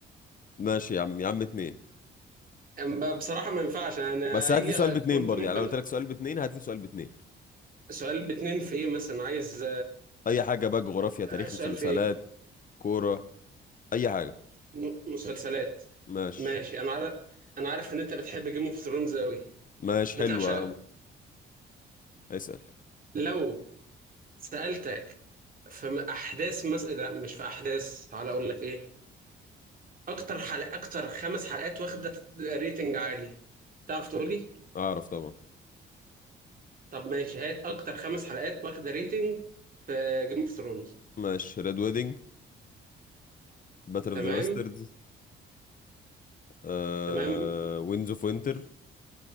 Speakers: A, on the left; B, on the right.
A: ماشي يا عم يا عم اتنين
B: أم- بصراحة ما ينفعش انا
A: بس
B: هي
A: هات لي سؤال باتنين
B: كنت
A: برضه
B: ممكن
A: يعني لو قلت لك سؤال باتنين هات لي سؤال باتنين
B: سؤال باتنين في ايه مثلا عايز
A: اي حاجه بقى جغرافيا تاريخ
B: السؤال
A: مسلسلات
B: في ايه
A: كوره اي حاجه
B: م- مسلسلات
A: ماشي
B: ماشي انا عارف انا عارف ان انت بتحب جيم اوف ثرونز قوي
A: ماشي
B: بتعشقه
A: حلوه اسال
B: لو سألتك في احداث مس... لا مش في احداث تعالى اقول لك ايه اكتر حلقة اكتر خمس حلقات واخدة ريتنج عالي تعرف تقول لي
A: اعرف طبعا
B: طب ماشي هات اكتر خمس حلقات واخدة ريتنج في جيم اوف ثرونز
A: ماشي ريد ويدنج باتل اوف
B: تمام
A: ذا باستردز آه...
B: تمام
A: وينز اوف وينتر